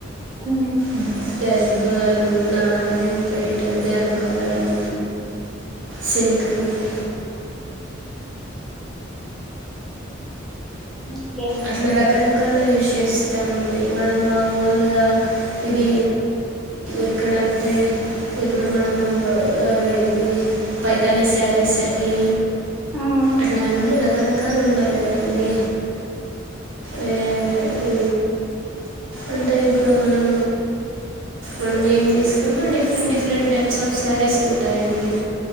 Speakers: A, in the centre; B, on the right (about 80°).
A: ఉమ్,
B: అ గద్వాలు నారాయణపేట్ ధర్మవరం సిల్క్ అండి
A: ఓకే
B: అట్లా రకరకాల ఎష్ చేస్తామండి మనం మూలుగా ఇది ఎక్కడంటే ఇప్పుడు మనము అ ఇది పైతానీ శారీస్ అని
A: ఉమ్,
B: అట్లా అన్ని రకరకాలు ఉన్నాయి కదా అండి ఆ ఈ అంటే ఇప్పుడు మనం మనం ఏం తీసుకున్నా different different types of saris ఉంటాయండి